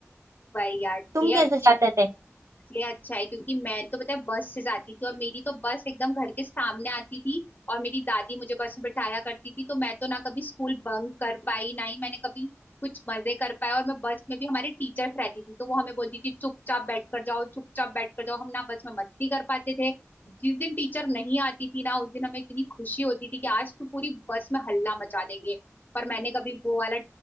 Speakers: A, on the left; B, on the right.
A: भाई यार
B: तुम
A: ये
B: कैसे
A: अच्छा
B: जाते थे
A: ये अच्छा है क्योंकि मैं तो पता है बस से जाती थी और मेरी तो बस एकदम घर के सामने आती थी और मेरी दादी मुझे बस में बिठाया करती थी तो मैं तो ना कभी स्कूल बंक कर पाई ना ही मैंने कभी कुछ मजे कर पाए और मैं बस में भी हमारे टीचर्स रहती थी तो वो हमें बोलती थी चुपचाप बैठ कर जाओ चुपचाप बैठ कर जाओ हम ना बस में मस्ती कर पाते थे जिस दिन टीचर नहीं आती थी ना उस दिन हमें इतनी खुशी होती थी कि आज तो पूरी बस में हल्ला मचा देंगे पर मैंने कभी वो वाला